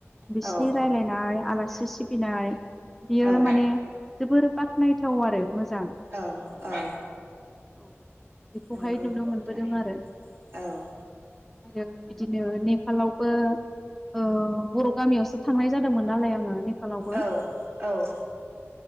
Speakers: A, in the centre; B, on the right (about 55°).
A: बिसिनि
B: औ
A: रायलायनाय आलासि <unintelligible> बिनाय बियो
B: औ
A: माने बोर बाख्नायथाव आरो मोजां
B: औ औ
A: औ बेखौहाय
B: नंगौ
A: नुनो मोनबोदों
B: थारैनो
A: आरो
B: औ
A: आरो बिदिनो नेपालावबो ओ बर गामियावसो थांनाय जादोंमोन नालाय आङो नेपालावबो
B: औ औ